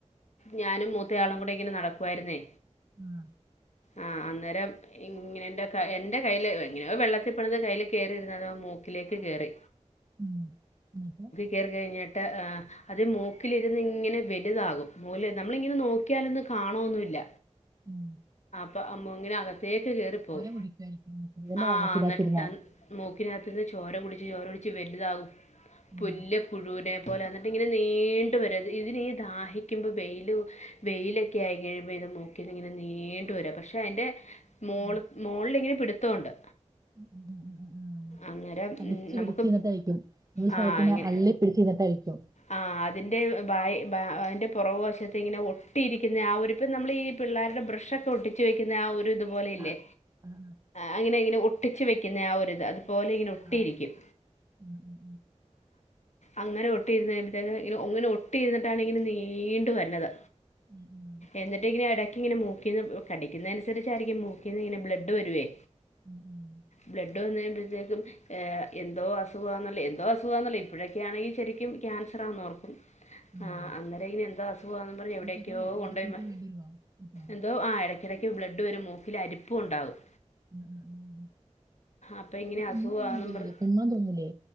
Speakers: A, on the left; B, on the right.
A: ഞാനും മൂത്തയാളും കൂടെ ഇങ്ങനെ നടക്കുവായിരുന്നേ
B: ഉം
A: ആഹ് അന്നേരം ഇങ്ങനെ എന്റെ കയ്ൽ ഇങ്ങന വെള്ളത്തിൽപ്പണ കയ്യിൽ കേറിരുന്നതും മൂക്കിലേക്ക് കെറി
B: ഉം. എന്നിട്ട്
A: കയറി കഴിഞ്ഞിട്ട് ആഹ് അത് മൂക്കിലിരുന്ന് ഇങ്ങനെ വലുതാകും മൂല് നമ്മളിങ്ങനെ നോക്കിയാലൊന്ന് കാണോന്നുല്ല
B: ഉം.
A: പ്പൊ മൂക്കിനകത്തേക്ക് കേയറിപ്പോവും
B: <unintelligible>
A: ആഹ്
B: മൂക്കിനകത്തിരുന്ന്.
A: നട്ടാൻ മൂക്കിനകത്തു നിന്ന് ചോര കുടിച്ച് ചോര കുടിച്ച് വലുതാകും
B: ഉം.
A: പുല് പുഴുവിനെ അതുപോലെ എന്നിട്ട് ഇങ്ങനെ നീണ്ടു വരു അത് ഇതിനീഈ ദാഹിക്കുമ്പോൾ വെൽ വെയിലൊക്കെ ആയി കഴിയുമ്പോൾ ഇത് മോക്കും ഇങ്ങനെ നീണ്ടുവരിക പക്ഷേ അതിൻ്റെ മോ
B: ഉം.
A: മുകളിലിങ്ങനെ പിടുത്തമുണ്ട്
B: ഉം ഉം
A: അന്നേരം
B: അടിച്ചു
A: നമുക്ക്
B: പിടിച്ച് ഇന്നിട്ട കഴിക്കും ഒരു
A: ആഹ്
B: സത്തിന്
A: ഇങ്ങനെ
B: അല്ലേ പിടിച്ചു ഇന്നിട്ട് കഴിക്കും
A: ആഹ് അതിന്റെ അതിന്റെ പുറവ് വശത്ത് ഇങ്ങനെ ഒട്ടിയിരിക്കുന്ന ആ ഒരുരിപ്പം നമ്മൾ ഈ പിള്ളേരുടെ ബ്രഷ് ഒക്കെ ഒട്ടി ച്ചു വെക്കുന്ന ആഹ് ഒരു ഇതു പോലെയില്ലേ
B: ആ. ആ. ആ.
A: അങ്ങനെ ഇങ്ങനെ ഒട്ടിച്ചു വെക്കുന്ന ആഹ് ഒരു ഇത് പോലെ ഇങ്ങനെ ഒട്ടിയിരിക്കും
B: ആ. ആ. ഉം. ഉം.
A: അങ്ങനെ ഒട്ടി ഇരന്ന്മ്പത്തേ ഒങ്ങനെ ഒട്ടി ഇരുന്നിട്ടാണ് ഇങ്ങനെ നീണ്ട വരന്നത്
B: ഉം. ഉം. ഉം.
A: എന്നിട്ട ഇങ്ങനെ ഇടക്ക് ഇങ്ങനെ മോക്കിന്ന് കടിക്കുന്നതനുസരിച്ചായിരിക്കും മൂക്കിന്ന് ഇങ്ങനെ ബ്ലഡ് വരുവേ
B: ഉം ഉം
A: ബ്ലഡ് വന്ന് കഴുമ്പോഴത്തേക്കും ഏ എന്തോ അസുഖാന്നല്ല എന്തോ അസുഖാന്നല്ല ഇപ്പോഴൊക്കൊണെങ്കിൽ ശരിക്കും ക്യാൻസറാന്ന് ഓർക്കും
B: ഉം.
A: ആഹ് അന്നെരം അയിന് എന്തോ അസുഖാന്ന് പറഞ്ഞ് എവിടേക്കെയോ
B: മൂക്കിക്ക്
A: കൊണ്ടോയിര്ന്ന്
B: ഇടയ്ക്കിടയ്ക്ക് ബ്ലഡ് വരുവോ? അപ്പൊ ഉം.
A: എന്തൊ ആഹ് ഇടയ്ക്ക് ബ്ലഡ് വരും മൂക്കില് അരിപ്പും ഉണ്ടാകും
B: ഉം
A: അപ്പോൾ ഇങ്ങനെ
B: അപ്പം തുമ്മലൊന്നും
A: അസുഖമാണെന്നും
B: മൂക്ക്ന്ന്
A: പറഞ്ഞ്
B: വര്ലേ തുമ്മാൻ തോന്നൂലെ